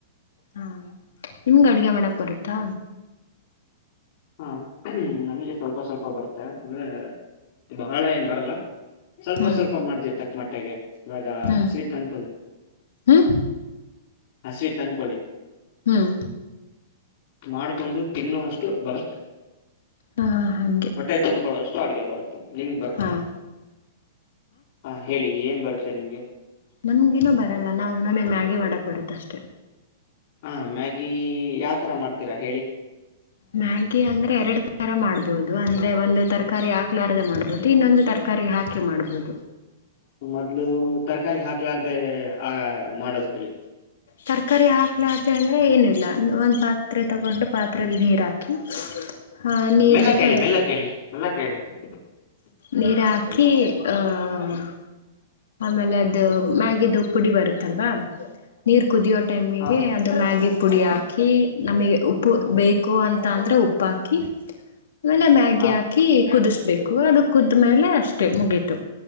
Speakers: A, on the left; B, on the left.
A: ಹಾ ನಿಮ್ಗ ಅಡ್ಗೆ ಮಾಡಕ್ ಬರುತ್ತಾ
B: ಹಾ ನಮ್ಗೆ ಸ್ವಲ್ಪ ಸ್ವಲ್ಪ ಬರುತ್ತೆ ಅಂದ್ರೆ ಬಹಳ ಏನ್ ಬರಲ್ಲ ಸ್ವಲ್ಪ
A: ಹ್ಮ್
B: ಸ್ವಲ್ಪ ಮಾಡ್ತಿರ್ತಕ್ಕ ಮೊಟ್ಟೆಗೆ ಇವಾಗ
A: ಹ್ಮ್
B: ಹಸರು ತಂತುಳಿ
A: ಹ್ಮ್
B: ಹಸವಿ ತನ್ಕೋಳಿ
A: ಹ್ಮ್
B: ಮಾಡ್ಕೊಂಡು ತಿನ್ನುೋವಷ್ಟು ಟು ಬರ
A: ಹಾ ಹಾಗೆ
B: ಹೊಟ್ಟೆ ತುಂಬ್ಕೊಳ್ಳೋಷ್ಟು ಅಡ್ಗೆ ಬತ್ತೆ ಎಲ್ಲಿ ಬರ್ತ
A: ಹಾಂ
B: ಹ ಹೇಳಿ ಏನ್ ಬರುತ್ತೆ ನಿಮ್ಗೆ
A: ನಮ್ಗೇನೂ ಬರಲ್ಲ ನಾವು ನಮಗೆ ಮ್ಯಾಗಿ ಮಾಡಕ್ ಬರುತ್ತ ಅಷ್ಟೆ
B: ಹಾ ಮ್ಯಾಗಿ ಯಾವತರ ಮಾಡ್ತೀರಾ ಹೇಳಿ
A: ಮ್ಯಾಗಿ ಅಂದ್ರೆ ಎರಡು ತರ ಮಾಡ್ಬದು ಬಹುದು ಅಂದ್ರೆ ಒಂದು ತರಕಾರಿ ಹಾಕ್ಲಾರದೆ ಮಾಡ್ಬಹುದು ಇನ್ನೊಂದು ತರಕಾರಿ ಹಾಕಿ ಮಾಡ್ಬಹುದು
B: ಮೊದ್ಲು ತರಕಾರಿ ಹಾಕ ಲಾರದೇ ಆ ಮಾಡೋದು ಹೇಳಿ
A: ತರಕಾರಿ ಹಾಕ್ಲಾರ ದೇ ಅಂದರೆ ಏನೂ ಇಿಲ್ಲ ಒಂದು ಪಾತ್ರೆ ತಗೊಂಡು ಪಾತ್ರೆಯಲ್ಲಿ ನೀರು ಹಾಕಿ ಆ ನೀರಿಗೆ
B: ಮಲ್ಲ ಕೇಳಿ ಬೆಲ್ಲ ಕೇಳಿ ಮಲ್ಲ ಕೇಳಿ ಹ
A: ನೀರ್ ಹಾಕಿ ಆಹ ಆಮೇಲೆ ಅದು ಮ್ಯಾಗಿದು ಪುಡಿ ಬರುತ್ತಲ್ವಾ ನೀರ್ ಕುದಿಯೋ ಟೈಮಿಗೆ
B: ಹಾ
A: ಅದು ಮ್ಯಾಗಿ ಪುಡಿ ಹಾಕಿ ಕ್ಕಿ ನಮಗೆ ಉಪ್ಪು
B: ಹ್ಮ್
A: ಬೇಕು ಅಂತ ಮತ್ತ ಅಂದ್ರೆ ಉಪ್ಪಾಕಿ ಆಮೇಲೆ ಮ್ಯಾಗಿ
B: ಹಾ
A: ಹಾಕಿ ಕುದಿಸ ಬೇಕು ಅದು ಕುದ್ಮೇಲೆ ಅಷ್ಟೇ ಮುಗೀತು